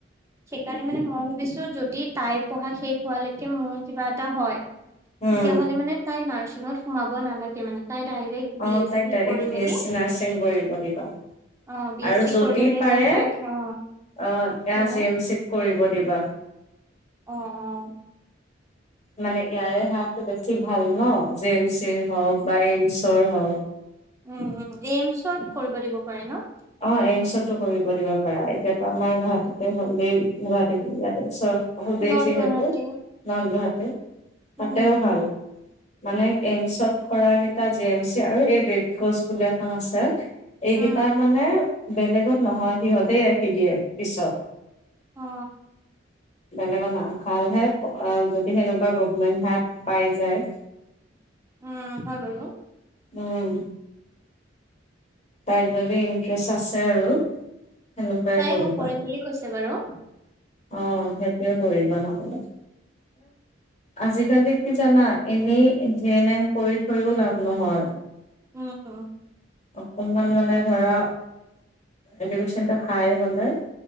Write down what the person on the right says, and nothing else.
সেইকাৰণে মানে মই ভাবিছো যদি তাইৰ পঢ়া শেষ হোৱালৈকে মোৰ কিবা এটা হয়।
তেতিয়াহ'লে মানে তাই নাৰ্চিংত সোমাব নালাগে মানে। তাই ডাইৰেক্ট বি
এছ
চি
কৰি
মেলি
অ বি
এছ চি
কৰি মেলি
মানে তাইক অ
কি
হয়
অঁ অঁ।
উম' উম'এইমচত কৰিব দিব পাৰি ন।
নৰ্থ
গুৱাহাটী
উম
উম
অ
উম' হৈ গল ন।
তাই
কৰিম বুলি কৈছে বাৰু
উম।